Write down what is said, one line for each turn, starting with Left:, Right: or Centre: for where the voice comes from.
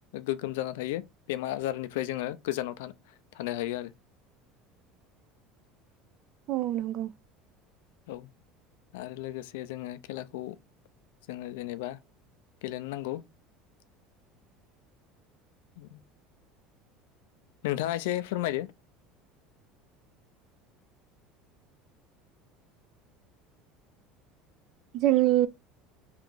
Left: गोग्गोम जानानै थायो बेमार आजारनिफ्राय जोङो गोजानाव थानाय थानो हायो आरो <inaudible>
Right: औ नंगौ
Left: औ आरो लोगोसे जोङो खेलाखौ जोङो जेनेबा गेलेनो नांगौ औ नोंथाङा एसे फोरमायदो
Right: जोंनि